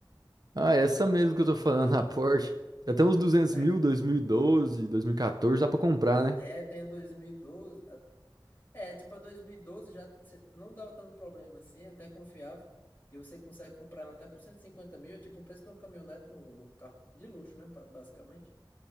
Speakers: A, on the right (about 50°); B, on the left (about 25°).
A: Ah, essa mesmo que eu tô falando, a Porsche. Até uns 200
B: É,
A: mil, dois dois mil mil e doze, dois mil e 2014, dá pra comprar, né?
B: é, tem a 2012. a- É, tipo, a 2012 já cê- não dava tanto problema assim, é até confiável. E você consegue comprar ela até por cento e cinquenta mil, é tipo o preço de uma caminhonete num num carro de luxo, né? ba- Basicamente.